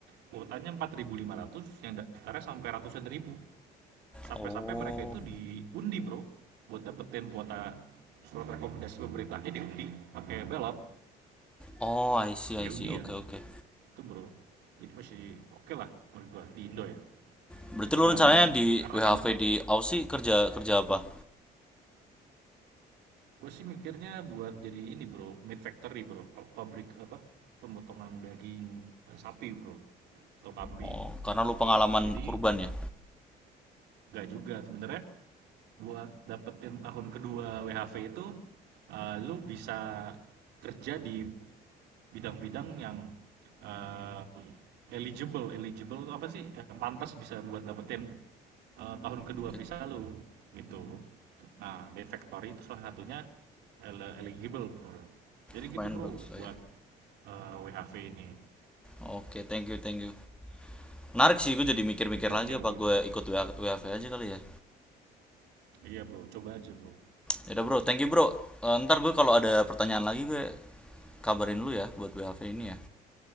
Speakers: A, on the right (about 80°); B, in the centre.
A: kuotanya empat ribu lima ratus yang daftarnya sampai ratusan ribu. sampai-sampai
B: Oh.
A: mereka itu diundi bro buat dapetin kuota surat rekomendasi pemerintahnya diundi pakai belot
B: Oh, I see,
A: pakai
B: I see.
A: undian
B: Oke, oke.
A: itu bro jadi masih oke lah menurut gua di Indo ya
B: Berarti
A: dengan
B: lu rencananya di
A: karena
B: WHV
A: kan
B: di Aussie kerja kerja apa?
A: gua sih mikirnya buat jadi ini bro meat factory bro pabrik apa pemotongan daging eh, sapi bro atau kambing
B: Oh, karena lu pengalaman
A: jadi
B: kurban ya.
A: nggak juga sebenarnya buat dapetin tahun kedua WHV itu eh, lu bisa kerja di bidang-bidang yang eh, eligible eligible apa sih yang pantas bisa buat dapetin eh, tahun kedua
B: Oke.
A: visa lu gitu nah di factory itu salah satunya eligible bro jadi
B: Lumayan
A: gitu bro
B: bagus lah
A: buat
B: ya.
A: eh, WHV ini
B: Oke, thank you, thank you. Menarik sih, gue jadi mikir-mikir
A: oke
B: lagi
A: bro
B: apa gue ikut WA WAV aja kali ya.
A: iya bro coba aja bro
B: Ya udah bro, thank you bro. Eh, ntar gue kalau ada pertanyaan lagi gue kabarin lu ya buat WAV ini ya.